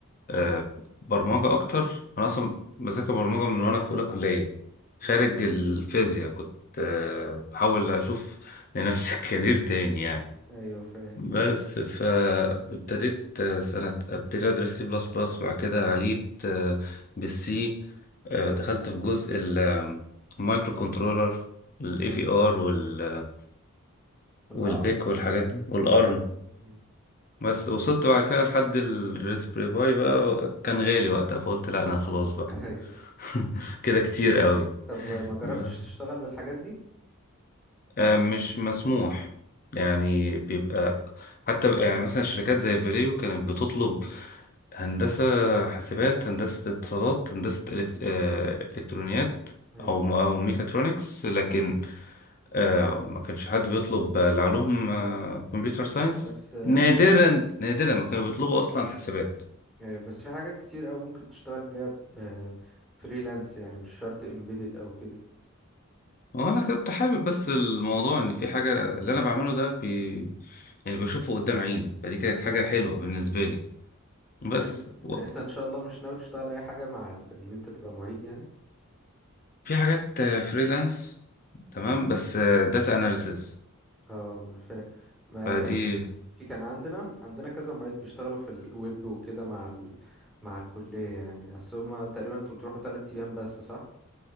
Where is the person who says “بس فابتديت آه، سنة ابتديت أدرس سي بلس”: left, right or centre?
Left